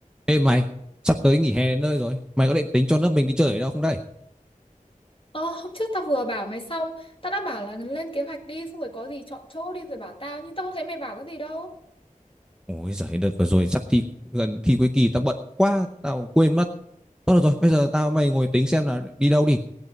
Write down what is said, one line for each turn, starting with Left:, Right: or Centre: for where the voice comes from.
Centre: Ê mày, sắp tới nghỉ hè đến nơi rồi. Mày có định tính cho lớp mình đi chơi ở đâu không đây?
Left: Ờ, hôm trước tao vừa bảo mày xong, tao đã bảo là lên kế hoạch đi, xong rồi có gì chọn chỗ đi rồi bảo tao, nhưng tao không thấy mày bảo cái gì đâu.
Centre: Ôi giời, đợt vừa rồi sắp thi gần thi cuối kỳ tao bận quá, tao quên mất. Thôi được rồi, bây giờ tao mày ngồi tính xem là đi đâu đi.